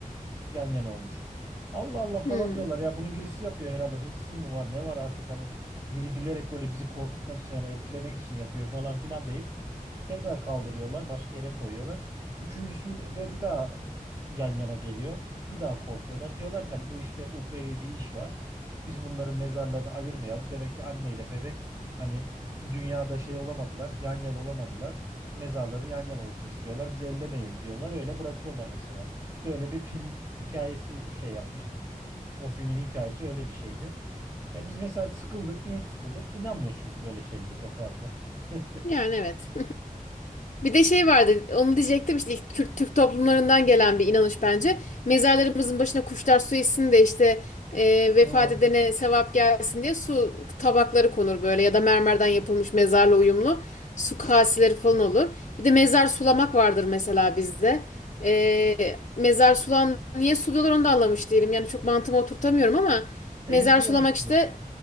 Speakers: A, on the right; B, on the left.
A: yan yana olmuş. Allah Allah falan
B: Hmm.
A: diyorlar ya bunu birisi yapıyor herhalde hırsız mı var ne var artık hani biri bilerek böyle bizi korkutmak için hani etkilemek için yapıyor falan filan deyip Tekrar kaldırıyorlar, başka yere koyuyorlar. Üçüncüsünde de bir daha yan yana geliyor. Bir daha korkuyorlar. Diyorlar ki hani bu işte uhrevi bir iş var. Biz bunların mezarlarını ayırmayalım. Demek ki anneyle bebek hani dünyada şey olamadılar, yan yana olamadılar. Mezarları yan yana olsun istiyorlar. Biz ellemeyelim diyorlar. Öyle bırakıyorlar mesela. Böyle bir film hikayesi şey yapmıştık. O filmin hikayesi öyle bir şeydi. Ya biz mesela sıkıldık. Niye sıkıldık? İnanmıyoruz çünkü böyle şeylere çok fazla. <laughs>
B: Yani evet. Bir de şey vardı, onu diyecektim işte ilk Kürt Türk toplumlarından gelen bir inanış bence. Mezarlarımızın başına kuşlar su içsin de işte e, vefat
A: Hı.
B: edene sevap gelsin diye su tabakları konur böyle ya da mermerden yapılmış mezarla uyumlu su kaseleri falan olur. Bir de mezar sulamak vardır mesela bizde. E, mezar sulan niye suluyorlar onu da anlamış değilim. Yani çok mantığıma oturtamıyorum ama
A: Temizliyormuş
B: mezar sulamak
A: gibi.
B: işte